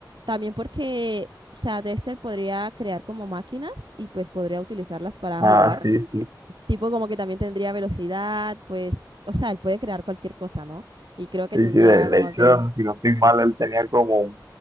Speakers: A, on the right; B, on the right.
A: También porque, o sea, Dexter podría crear como máquinas y pues podría utilizarlas para
B: Ah,
A: jugar.
B: sí, sí.
A: Tipo como que también tendría velocidad, pues, o sea, él puede crear cualquier cosa, ¿no? Y creo que
B: Sí,
A: tendría
B: sí, de, de
A: como
B: hecho,
A: que
B: si no estoy mal, él tenía como un